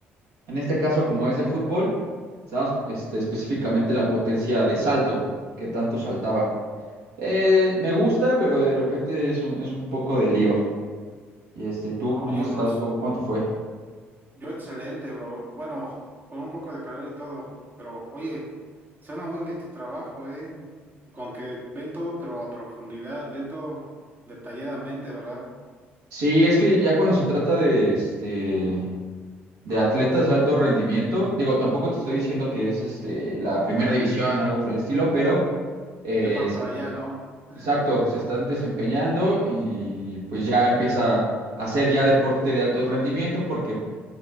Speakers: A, on the right (about 65°); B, on the right (about 30°).
A: En este caso, como es de fútbol, estábamos este, específicamente la potencia de salto, qué tanto saltaba. Eh, me gusta, pero de repente es un, es un poco de lío. Y este, ¿tú
B: Ah,
A: cómo
B: Oye,
A: estás?
B: bros,
A: ¿Cómo, cómo te fue?
B: yo excelente, bro. Bueno, con un poco de calor y todo, pero oye, suena muy bien tu trabajo, ¿eh? Con que ven todo, pero a profundidad, ven todo detalladamente, ¿verdad?
A: Sí, es que ya cuando se trata de este de atletas
B: Tanto
A: de alto rendimiento, digo, tampoco te estoy diciendo que es este la primera división o algo por el estilo, pero eh,
B: ya van
A: se-
B: para allá, ¿no? <laughs>
A: exacto, se están desempeñando y pues ya empieza a ser ya deporte de alto rendimiento porque